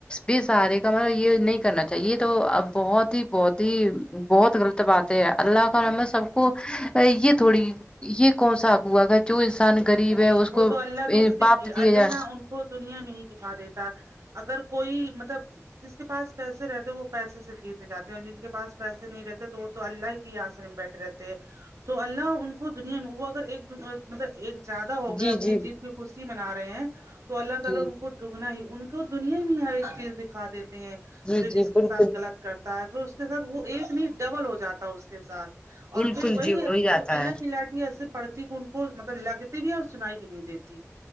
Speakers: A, on the left (about 20°); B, on the right (about 70°).
A: بے سہارے کا مطب یے نہیں کرنا اچھا یے تو اب بہت ہی بہت ہی بہت غلط بات ہے اللہ کا رحمت سب کو یے تھوڑی یے کون سا ہوا اگا جو انسان غریب
B: نہیں
A: ہے اس کو
B: وہ تو اللہ <unintelligible>
A: پاپ
B: دیکھیے
A: دیا
B: اللہ
A: جائے
B: نہ ان کو دنیا میں ہی دیکھا دیتا اگر کوئی مطلب جس کے پاس پیسے رہتے ہیں وہ پیسے سے جیت جاتے ہیں اور جن کے پاس پیسے نہیں رہتے تو وہ تو اللہ کے آسرے میں بیٹھے رہتے ہیں تو اللہ ان کو دنیا میں وہ اگر ایک مطلب ایک زیادہ ہوگئے
A: جی
B: اپنی
A: جی
B: جیت کی خوشی منا رہے ہیں تو اللہ تعالی
A: جی
B: ان کو دکھ ہی ان کو دنیا میں ہی ہر ایک چیز دکھا دیتے ہیں
A: جی
B: جو
A: جی
B: جس کے
A: بالکل
B: ساتھ غلط کرتا ہے پھر اس کے ساتھ وہ ایک نہیں ڈبل ہو جاتا اس کے ساتھ اور
A: بالکل
B: پھر وہی
A: جی ہو ہی جاتا
B: اللہ
A: ہے
B: کی لا ایسے پڑتی ان کو مطلب لگتی بھی اور سنائی بھی نہیں دیتی